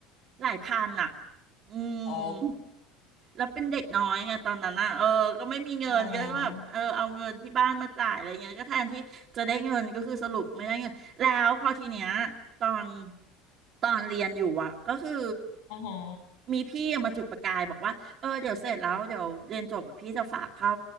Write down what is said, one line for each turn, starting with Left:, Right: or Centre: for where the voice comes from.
Right: หลายพันอ่ะ อืม
Left: โอ้
Right: แล้วเป็นเด็กน้อยไงตอนนั้นอ่ะเออก็ไม่มีเงินก็แบบเออเอาเงินที่บ้านมาจ่ายอะไรเงี้ยก็แทนที่จะได้เงินก็คือสรุปไม่ได้เงินแล้วพอทีเนี้ย
Left: อ๋อ
Right: ตอนตอนเรียนอยู่อ่ะก็คือ
Left: อ๋อฮะ
Right: มีพี่มาจุดประกายบอกว่าเออเดี๋ยวเสร็จแล้วเดี๋ยวเรียนจบแบบพี่จะฝากเข้า